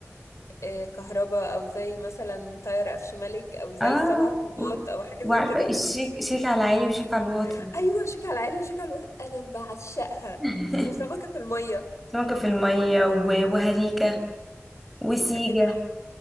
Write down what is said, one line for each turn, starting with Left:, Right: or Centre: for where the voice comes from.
Left: آه، كهرباء او زي مثلا تاير قفش ملك او زي
Centre: اه
Left: سبع طوبات
Centre: و-
Left: او حاجه
Centre: وعارفه
Left: زي كده
Centre: الشيك شيك على العالي وشيك على الواطي
Left: <laughs> ايوه شيك على العالي وشيك على الوطي انا بعشقها
Centre: <laughs>
Left: وسمكه في الميه
Centre: سمكه في الميه و- وهريكه وسيجه
Left: ايه ده لا،